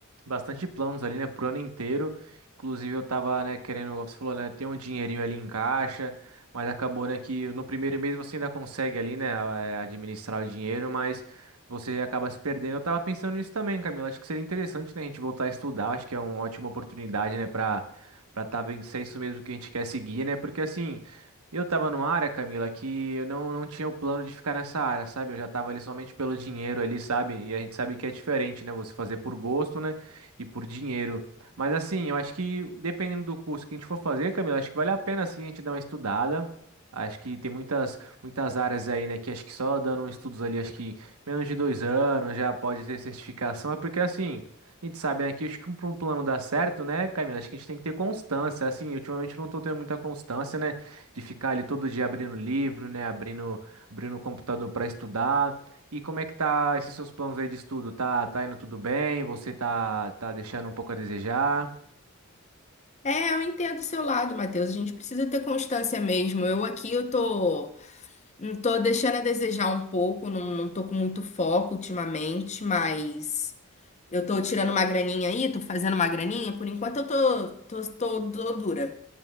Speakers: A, on the right; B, on the left.
A: bastante planos ali, né, pro ano inteiro. Inclusive, eu tava, né, querendo, como você falou, né, ter um dinheirinho ali em caixa, mas acabou, né, que no primeiro mês você ainda consegue ali, né, a- eh, administrar o dinheiro, mas você acaba se perdendo. Eu tava pensando nisso também, Camila. Acho que seria interessante, né, a gente voltar a estudar. Acho que é uma ótima oportunidade, né, para para estar vendo se é isso mesmo que a gente quer seguir, né? Porque assim, eu tava numa área, Camila, que eu não, não tinha o plano de ficar nessa área, sabe? Eu já tava ali somente pelo dinheiro ali, sabe? E a gente sabe que é diferente, né? Você fazer por gosto, né? E por dinheiro. Mas assim, eu acho que dependendo do curso que a gente for fazer, Camila, acho que vale a pena assim a gente dar uma estudada. Acho que tem muitas, muitas áreas aí, né? Que acho que só dando estudos ali, acho que menos de dois anos já pode ter certificação. É porque assim. A gente sabe, né, que acho que para um plano dar certo, né, Camila, acho que a gente tem que ter constância, assim, ultimamente eu não tô tendo muita constância, né, de ficar ali todo dia abrindo livro, né, abrindo, abrindo o computador para estudar. E como é que tá esses seus planos aí de estudo? Tá, tá indo tudo bem? Você tá, tá deixando um pouco a desejar?
B: É, eu entendo o seu lado, Matheus. A gente precisa ter constância mesmo. Eu aqui, eu tô Não tô deixando a desejar um pouco, não, não tô com muito foco ultimamente, mas eu tô tirando uma graninha aí, tô fazendo uma graninha. Por enquanto eu tô, tô, tô, tô dura,